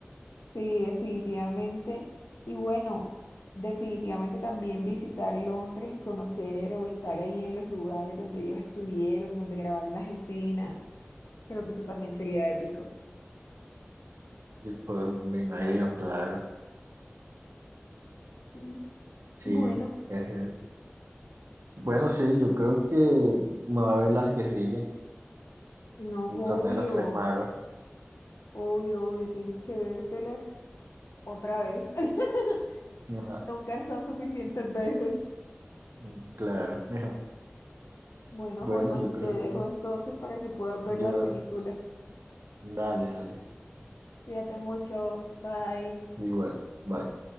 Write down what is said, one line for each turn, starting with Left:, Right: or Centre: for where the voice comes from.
Left: Sí, definitivamente. Y bueno, definitivamente también visitar Londres y conocer o estar ahí en los lugares donde ellos estuvieron, donde grabaron las escenas. Creo que eso también sería épico.
Right: Y pues me imagino, claro,
Left: Mm,
Right: sí,
Left: Bueno,
Right: es Bueno, sí, yo creo que me va a ver las que sigue,
Left: no, obvio.
Right: el torneo de los tres magos.
Left: Obvio, obvio, tienes que vértelas otra vez. <laughs>
Right: Ajá,
Left: Nunca son suficientes veces.
Right: mm, claro. <laughs>
Left: Bueno,
Right: Bueno,
Left: Holman,
Right: yo creo
Left: te dejo
Right: que
Left: entonces para que puedas ver
Right: yo,
Left: las películas.
Right: dale, dale,
Left: Cuídate mucho. Bye.
Right: igual. bye.